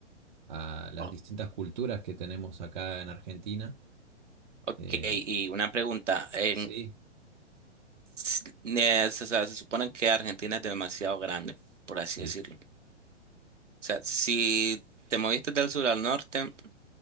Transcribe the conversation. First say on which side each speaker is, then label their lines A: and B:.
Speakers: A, on the right; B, on the right.
A: a las
B: O-
A: distintas culturas que tenemos acá en Argentina.
B: Ok,
A: Eh,
B: y una pregunta. En,
A: sí,
B: s- eh, se, o sea, se supone que Argentina es demasiado grande, por así
A: sí.
B: decirlo. O sea, si te moviste del sur al norte,